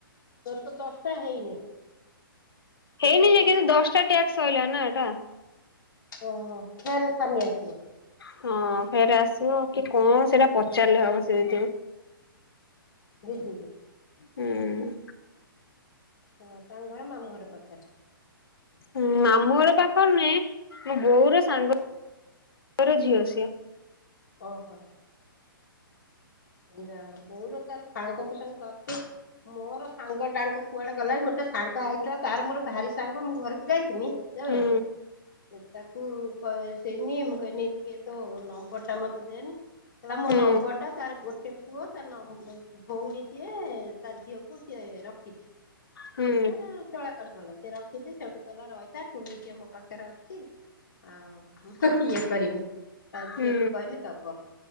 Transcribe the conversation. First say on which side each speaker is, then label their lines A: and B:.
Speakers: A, on the left; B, on the left.
A: ତୋର ତ ଦଶଟା ହେଇନି। କୋଉଠିକା
B: ହେଇନି ଯେ
A: କଟିଗଲା
B: କିନ୍ତୁ ଦଶଟା ଟ୍ୟାକ୍ସ ସଇଲା ନା ଏଟା।
A: ଓ ଫେରେ ସାନି ଆସିବ।
B: ହଁ ଫେର ଆସିବ କି କଣ ସେଇଟା ପଚାରିଲେ ହବ ସେ ଯୋଉ।
A: ଦିଦି।
B: ହୁଁ
A: ଓ ତାଙ୍କ ଘର ମାମୁଁ ଘର ପାଖରେ।
B: ଉଁ ମାମୁଁର ପାଖରେ ନୁହେଁ ମୋ ବୋଉ ର ସାଙ୍ଗ ର ଝିଅ ସିଏ।
A: ଓହୋ ଯା ହେଉ ବୋଉର ତାର। ସାଙ୍ଗ କୁ ସେମି କର୍ଚି ମୋର ସାଙ୍ଗ ଡାଙ୍ଗ କୁଆଡ଼େ ଗଲା ଗୋଟେ ସାଙ୍ଗ ଆଇଥିଲା ତାର ମୋର ଭାରି ସାଙ୍ଗ ମୁଁ ଘରକୁ ଯାଇଥିନି ଜାଣିଲୁନା।
B: ହୁଁ।
A: ତାକୁ କ ସେନି ମୁଁ କହନି ଟିକେ ତୋ ନମ୍ବର ଟା ମତେ ଦେନି। ହେଲା ମୋ
B: ହୁଁ
A: ନମ୍ବର ଟା ତାର ଗୋଟେ ପୁଅ ତା ନମ୍ ଭଉଣୀଟିଏ ତା ଝିଅକୁ ସିଏ ରଖିଛି,
B: ହୁଁ
A: ଏତେ ଚଳା <unintelligible> ସେ ରଖିଛି ସେଇଠୁ କଇଲା ରଇଥା ଟୁୁନି ଝିଅ ମୋ ପାଖରେ ଅଛି। ଆଉ ମୁଁ ତ ଇଏ କରିନି। ତା ଝିଅକୁ
B: ହୁଁ
A: କହିନେ ଦବ